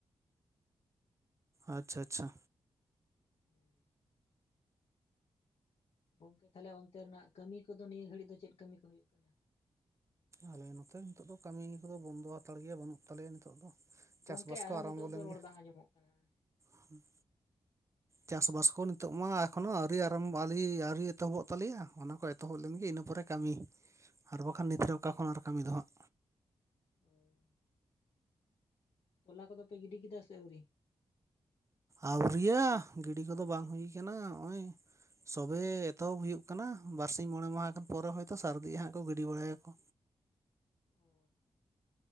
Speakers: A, on the right (about 25°); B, on the left (about 65°).
A: ᱟᱪᱪᱷᱟ ᱟᱪᱷᱟ᱾
B: ᱦᱩᱸ᱾ <inaudible> ᱜᱚᱝᱠᱮ ᱛᱟᱦᱚᱞᱮ ᱚᱱᱛᱮ ᱨᱮᱱᱟᱜ ᱠᱟᱹᱢᱤ ᱠᱚᱫᱚ ᱱᱤᱭᱟᱹ ᱜᱷᱟᱹᱲᱤᱡ ᱫᱚ ᱪᱮᱫ ᱠᱟᱹᱢᱤ ᱠᱚ ᱦᱩᱭᱩᱜ ᱠᱟᱱᱟ?
A: ᱟᱞᱮ ᱱᱚᱛᱮ ᱱᱤᱛᱚᱜ ᱫᱚ ᱠᱟᱹᱢᱤ ᱠᱚᱫᱚ ᱵᱚᱱᱫᱚ ᱦᱟᱛᱟᱲ ᱜᱮᱭᱟ ᱵᱟᱱᱩᱜ ᱛᱟᱞᱮᱭᱟ ᱱᱤᱛᱚᱜ ᱫᱚ᱾ ᱪᱟᱥᱼᱵᱟᱥ
B: ᱜᱚᱝᱠᱮ
A: ᱠᱚ
B: ᱟᱨᱦᱚᱸ
A: ᱟᱨᱟᱢᱵᱚ
B: ᱱᱤᱛᱚᱜ
A: ᱞᱮᱱ
B: ᱫᱚ ᱨᱚᱲ
A: ᱜᱮ᱾
B: ᱵᱟᱝ ᱟᱸᱡᱚᱢᱚᱜ ᱠᱟᱱᱟ᱾
A: ᱦᱩᱸ᱾ ᱪᱟᱥᱼᱵᱟᱥ ᱠᱚ ᱱᱤᱛᱚᱜ ᱢᱟ ᱮᱠᱷᱚᱱᱳ ᱟᱣᱹᱨᱤ ᱟᱨᱟᱢᱵᱚ ᱟᱞᱤ ᱟᱣᱹᱨᱤ ᱮᱛᱚᱦᱚᱵᱚᱜ ᱛᱟᱞᱮᱭᱟ ᱚᱱᱟ ᱠᱷᱚᱡᱼᱼ ᱮᱛᱚᱦᱚᱵ ᱞᱮᱱ ᱜᱮ ᱤᱱᱟᱹ ᱯᱚᱨᱮ ᱠᱟᱢᱤ ᱟᱨ ᱵᱟᱠᱷᱟᱱ ᱱᱤᱛ ᱨᱮ ᱚᱠᱟ ᱠᱷᱚᱱ ᱟᱨ ᱠᱟᱢᱤ ᱫᱚ ᱦᱟᱸᱜᱼᱼ
B: ᱚᱸᱭ᱾ ᱛᱚᱞᱟ ᱠᱚᱫᱚ ᱯᱮ ᱜᱤᱰᱤ ᱠᱮᱫᱟ ᱥᱮ ᱟᱹᱣᱨᱤ?
A: ᱟᱹᱣᱨᱤ ᱭᱟ ᱜᱤᱰᱤ ᱠᱚᱫᱚ ᱵᱟᱝ ᱦᱩᱭ ᱠᱟᱱᱟ ᱦᱚᱜ-ᱚᱭᱼᱼ ᱥᱚᱵᱮ ᱮᱛᱚᱦᱚᱵ ᱦᱩᱭᱩᱜ ᱠᱟᱱᱟ ᱵᱟᱨ ᱥᱤᱧ ᱢᱚᱬᱮ ᱢᱟᱦᱟᱸ ᱠᱟᱱ ᱯᱚᱨᱮ ᱦᱚᱭᱛᱚ ᱥᱟᱨᱫᱤᱜᱼᱟ ᱦᱟᱸᱜ ᱠᱚ ᱜᱤᱰᱤ ᱵᱟᱲᱟᱭᱟ ᱠᱚ᱾
B: ᱚ